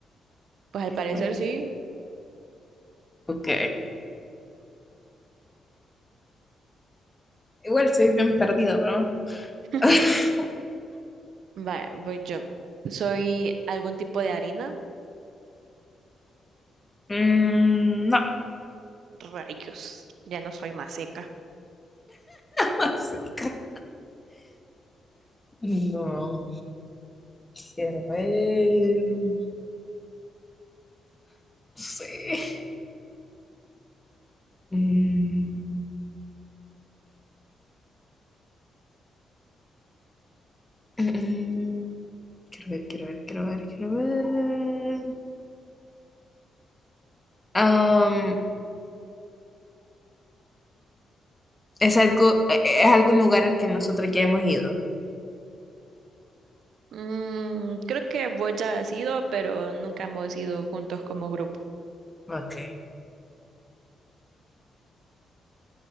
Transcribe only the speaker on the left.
quiero
ver.
Ok. Igual soy bien perdido, ¿no?
<laughs>
Mm, no,
música. No, quiero ver. No sé. Mm, mm, quiero ver, quiero ver, quiero ver, quiero ver. Am, es algo, eh, eh, es algún lugar al que nosotros ya hemos ido.
Ok.